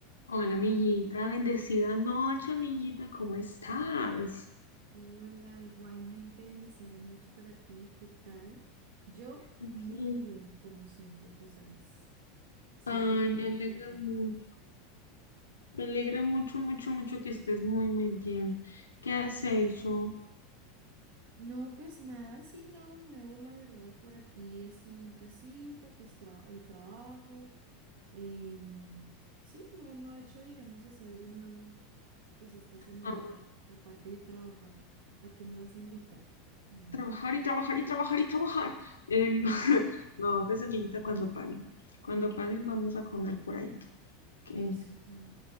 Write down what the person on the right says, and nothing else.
Hola, igualmente bendecida noche para ti, ¿qué tal? Yo
muy bien, como siempre, tú sabes, siempre
como
en
actitud.
No, pues nada, sí, nada nuevo, la verdad, por aquí así en casita, pues tra- el trabajo. em, sí, no, no he hecho, digamos, así algo nuevo, pues esta semanita,
aparte de trabajar. ¿A qué me vas a invitar? Mm,
sí,
<laughs>
eso, mm,